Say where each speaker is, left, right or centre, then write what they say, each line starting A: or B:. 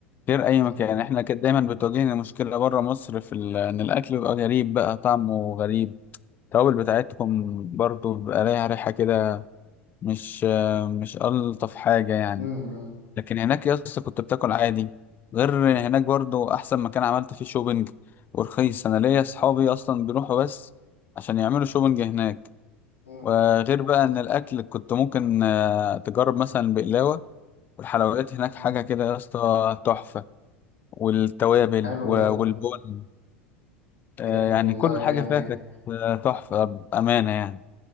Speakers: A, on the left (about 30°); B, on the left (about 80°).
A: غير أي
B: مم.
A: مكان احنا كده دايما بتواجهنا مشكلة بره مصر في ال- إن الأكل بيبقى غريب بقى طعمه غريب التوابل بتاعتهم برضو بيبقى ليها ريحة كده مش مش ألطف حاجة يعني
B: مم.
A: لكن هناك يا اسطى كنت بتاكل عادي غير هناك برضو أحسن مكان عملت فيه شوبينج ورخيص أنا ليا أصحابي أصلا بيروحوا بس عشان يعملوا شوبينج هناك
B: مم.
A: وغير بقى إن الأكل كنت ممكن آه، تجرب مثلا بقلاوة والحلويات هناك
B: مم.
A: حاجة كده يا اسطى تحفة والتوابل
B: حلو
A: و-
B: ده
A: والبن
B: جامد
A: آه، يعني
B: والله
A: كل حاجة
B: يعني
A: فيها كانت آه، تحفة بأمانة يعني